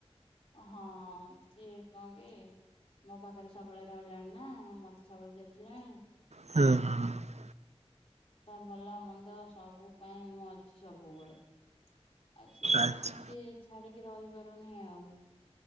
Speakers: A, on the left (about 65°); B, on the right (about 85°).
A: ଅ ହଁ ସିଏ କଣ କି। ମୋ ପାଖରେ ସବୁବେଳେ ରହିଲାଣି ନା ମତେ ସବୁବେଳେ ଦେଖିଲାଣି
B: ହୁଁ
A: ତ।
B: ହୁଁ
A: ତା ଭଲ ମନ୍ଦ ସବୁ ପାଇଁ ମୁଁ ଅଛି ସବୁବେଳେ। ଆଉ ସେଥିପାଇଁ
B: ଆଚ୍ଛା
A: ସିଏ ଛାଡିକି ରହିପାରୁନି ଆଉ।